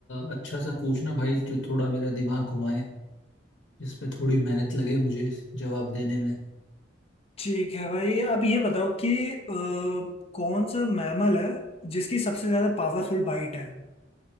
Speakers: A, on the left (about 70°); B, on the left (about 30°).
A: अच्छा सा पूछना भाई जो थोड़ा मेरा दिमाग घुमाए जिसमें थोड़ी मेहनत लगे मुझे जवाब देने में
B: ठीक है भाई अब ये बताओ कि अ, कौन सा मैमल है जिसकी सबसे ज्यादा पावरफुल बाइट है